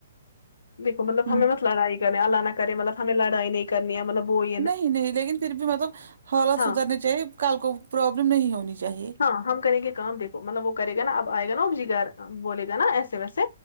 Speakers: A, on the left; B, on the right.
A: دیکھو مطلب
B: ہوں
A: ہم نے بہت لڑائی اللہ نہ کرے مطلب ہمیں لڑائی نہیں کرنی ہے مطلب وہی
B: نہیں نہیں لیکن پھر بھی مطلب حالات
A: ہاں
B: سدھرنے چاہیے کال کو پرابلم نہیں ہونی چاہیے
A: ہاں ہم کریں گے کام دیکھو مطلب وہ کرے گا نا اب آئے گا نا جگار بولے گا نا ایسے ویسے